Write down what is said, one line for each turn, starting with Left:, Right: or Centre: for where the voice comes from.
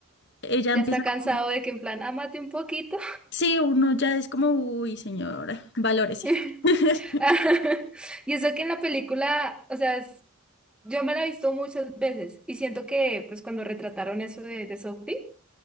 Left: ella
Centre: ya
Left: empieza
Centre: está cansado
Left: como,
Centre: de que en plan, ámate un poquito.
Left: sí, uno ya es como, uy, señora, valórese.
Centre: <laughs>
Left: <laughs>
Centre: <laughs> Y eso que en la película, o sea, Yo me la he visto muchas veces y siento que pues cuando retrataron eso de, de Sophie,